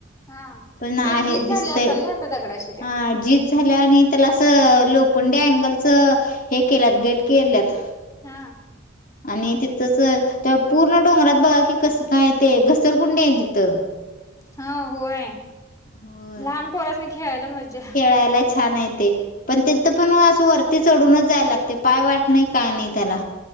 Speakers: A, on the left; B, on the left.
A: हा.
B: पण आहे
A: ते झीज
B: दिसतय
A: झाले असेल ना आता दगडाशी त्या.
B: हा जी झाल्या आणि त्याला असं लोखंडी अँगलच हे केल्या गेट केल्यात
A: हा.
B: आणि तिथच ते्हा पूर्ण डोंगरात बघा कि कस काय ते घसरगुंडे आहे तिथं
A: हा होय
B: होय
A: लहान पोरास्नी खेळायला मज्जा
B: खेळायला छान येते पण ते तर पण असं वरती चढूनच जायला लागते पाय वाट नाही काय नाही त्याला